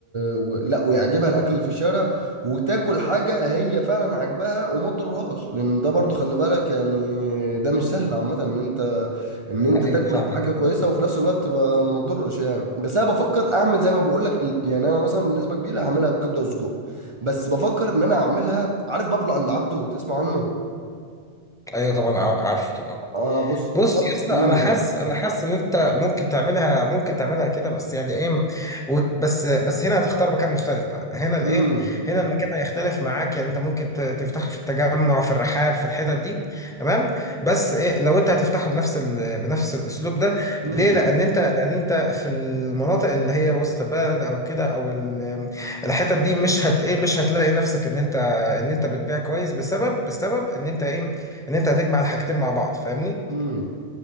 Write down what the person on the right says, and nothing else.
و... لا ويعجبها الاكل اللي في الشارع وتاكل حاجه هي فعلا عاجباها وما تضرهاش لان ده برضو خلي بالك يعني ده مش سهل عامه ان انت ان انت
تاكل
حاجه كويسه وفي نفس الوقت ما ما تضرش يعني بس انا بفكر اعمل زي ما بقول لك ال... يعني انا مثلا بنسبه كبيره هعملها بكبده وسجق بس بفكر ان انا اعملها عارف بابلو عند عبده تسمع عنه
اه بص
باب
امم
امم
امم
امم